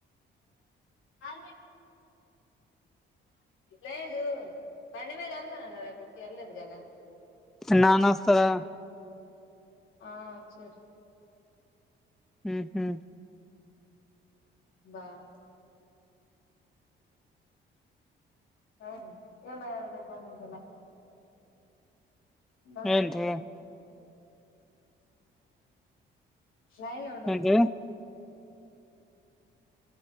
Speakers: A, on the left; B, in the centre.
A: ఆ లేదు బండి మీద ఎళ్తాన అన్నరక్కకి <unintelligible> వెళ్ళేద్ గధ
B: నానోస్తారా
A: ఆ వచ్చరూ
B: ఉమ్ హు
A: బాత్ సరేలే ఏం బంబించాలా <unintelligible>
B: ఏంటి
A: సార్ లైన్లో ఉండు
B: ఏంటి
A: ఒకనిమ్షం